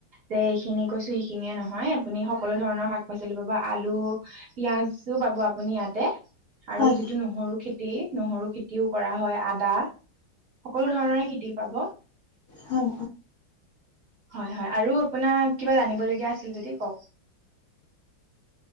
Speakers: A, on the right; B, on the left.
A: যে এইখিনি কৈছো সেইখিনিয়ে নহয় আপুনি সকলো ধৰণৰ শাক পাচলি পাব আলু পিয়াজো পাব আপুনি ইয়াতে আৰু
B: হয়
A: যিটো নহৰু খেতি নহৰু খেতিও কৰা হয় আদা সকলো ধৰণৰে খেতি পাব।
B: হয় হয়
A: হয়- হয় আপোনাৰ কিব জান কউক। <inaudible>